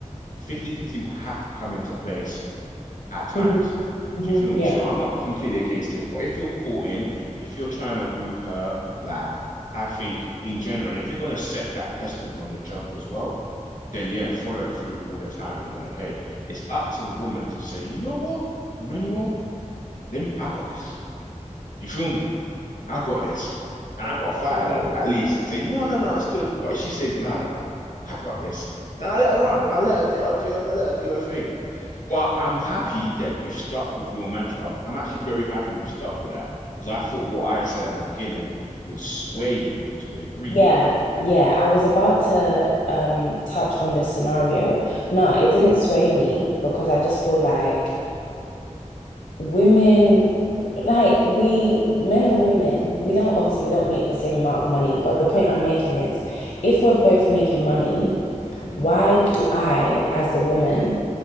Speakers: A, on the left (about 85°); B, on the left (about 70°).
A: fifty-fifty will have to come into place at times.
B: Mhm, mhm,
A: Do you feel me?
B: Yeah.
A: So I'm not completely against it, but if you're caught in, if you're trying to woo her, like I think in general, and if you're gonna set that precedent from the jump as well, then yeah, follow through all the time. You're gonna pay. It's up to the woman to say, you know what, Emmanuel, let me, I got this. You feel me? I got this. And I gotta fight
B: Okay.
A: her at least and say, no, no, no, it's good. But if she says, no, no, no, I got this, then I let her run. I let her do, I'll do, I let her do her thing. But I'm happy that you stuck with your mantra. I've, I'm actually very happy you stuck with that because I thought what I said at the beginning would sway you to a degree.
B: Yeah. Yeah. I was about to um touch on this scenario. No, it didn't sway me because I just feel like women like we men and women we don't obviously we don't make the same amount of money but the point i'm making is if we're both making money
A: Mm,
B: why do i as the woman